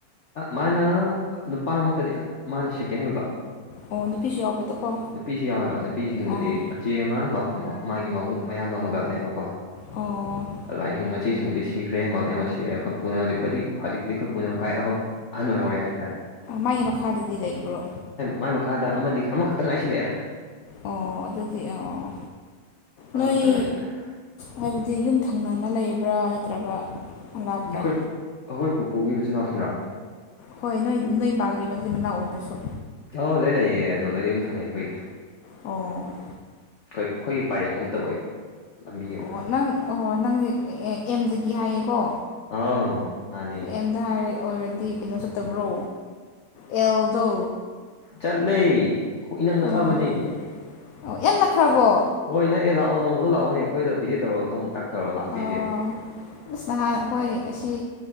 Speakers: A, on the left (about 50°); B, on the left (about 70°).
A: ꯃꯥꯅ ꯅꯨꯄꯥꯃꯛꯇꯗꯤ ꯃꯥꯅ ꯁꯦꯀꯦꯟ ꯑꯣꯏꯕ
B: ꯑꯣ ꯅꯨꯄꯤꯁꯨ ꯌꯥꯎꯕꯗꯀꯣ
A: ꯅꯨꯄꯤꯁꯨ ꯌꯥꯎꯋꯦꯕ ꯅꯨꯄꯤꯁꯤꯡꯕꯨꯗꯤ
B: ꯑꯣ
A: ꯃꯆꯦ ꯑꯃ ꯃꯥꯒꯤ ꯃꯕꯨꯡ ꯃꯌꯥꯝꯕ ꯑꯃꯒ ꯂꯩꯕꯀꯣ
B: ꯑꯣ
A: ꯑꯗꯨꯃꯥꯏꯅꯁꯤꯡ ꯃꯆꯤꯁꯤꯡꯕꯨꯗꯤ ꯁꯤꯈ꯭ꯔꯦ ꯃꯌꯥꯝ ꯑꯃ ꯁꯤꯔꯦ ꯑꯩꯈꯣꯏ ꯄꯨꯅ ꯍꯧꯖꯤꯛꯄꯨꯗꯤ ꯍꯧꯖꯤꯛꯇꯤ ꯑꯩꯈꯣꯏ ꯄꯨꯅ ꯑꯃꯨꯛ ꯑꯍꯟ ꯑꯣꯏꯍꯧꯔꯦ ꯍꯥꯏꯇꯥꯔꯦ
B: ꯃꯥꯒꯤ ꯃꯈꯥꯗꯗꯤ ꯂꯩꯕ꯭ꯔꯣ
A: ꯃꯥꯏ ꯃꯈꯥꯗ ꯑꯃꯗꯤ ꯑꯃꯈꯛꯇꯪ ꯉꯥꯏꯁꯤꯜꯂꯛꯑꯦ
B: ꯑꯣ ꯑꯗꯨꯗꯤ ꯑꯥ
A: ꯑꯃꯈꯛꯇꯪ
B: ꯅꯣꯏ
A: ꯉꯥꯏꯁꯤꯜꯂꯛꯑꯦ
B: ꯍꯥꯏꯕꯗꯤ ꯌꯨꯝꯊꯪꯅꯅ ꯂꯩꯕ꯭ꯔꯥ ꯅꯠꯇ꯭ꯔꯒ ꯂꯥꯞꯄ꯭ꯔꯥ
A: ꯑꯩꯈꯣꯏ ꯑꯩꯈꯣꯏ ꯄꯨꯄꯨꯒꯤ ꯏꯆꯤꯜ ꯏꯅꯥꯎꯁꯤꯡꯔꯣ
B: ꯍꯣꯏ ꯅꯣꯏ ꯅꯣꯏ ꯕꯥꯒꯤ ꯃꯆꯤꯟ ꯃꯅꯥꯎ ꯑꯣꯏꯕꯁꯨ
A: ꯑꯧ ꯂꯩꯌꯦ ꯂꯩꯌꯦ ꯑꯗꯣ ꯗꯣꯏꯗꯤ ꯑꯗꯨꯝ ꯊꯪꯅꯩ ꯑꯩꯈꯣꯏꯗꯤ
B: ꯑꯣ
A: ꯑꯩꯈꯣꯏ ꯑꯩꯈꯣꯏꯒꯤ ꯄꯔꯦꯡ ꯑꯃꯇ ꯑꯣꯏꯕ ꯂꯝꯕꯤ ꯑꯃꯇꯗ
B: ꯑꯣ ꯅꯪ ꯑꯣ ꯅꯪ ꯑꯦꯝꯗꯒꯤ ꯍꯥꯏꯌꯦꯀꯣ
A: ꯑ ꯃꯥꯅꯦ
B: ꯑꯦꯝꯗ ꯍꯥꯏꯔ ꯑꯣꯏꯔꯗꯤ ꯀꯩꯅꯣ ꯆꯠꯇꯕ꯭ꯔꯣ ꯑꯦꯜꯗꯣ
A: ꯆꯠꯂꯦ ꯀꯣꯛ ꯏꯅꯛ ꯅꯛꯑꯕꯅꯤ
B: ꯑꯣ ꯑꯣ ꯌꯥꯝ ꯅꯛꯈ꯭ꯔꯕꯣ
A: ꯍꯣꯏ ꯅꯪ ꯑꯦ ꯂꯥꯛꯑꯣ ꯅꯪꯃꯗꯣ ꯂꯥꯛꯑꯣꯅꯦ ꯑꯩꯈꯣꯏꯗ ꯚꯤꯖꯤꯠ ꯇꯧꯔꯣ ꯅꯣꯡ ꯇꯛꯊꯧꯔ ꯂꯥꯛꯄꯤꯒꯦ
B: ꯑꯣ ꯑꯁ ꯅꯍꯥꯟ ꯑꯩꯈꯣꯏ ꯑꯁꯤ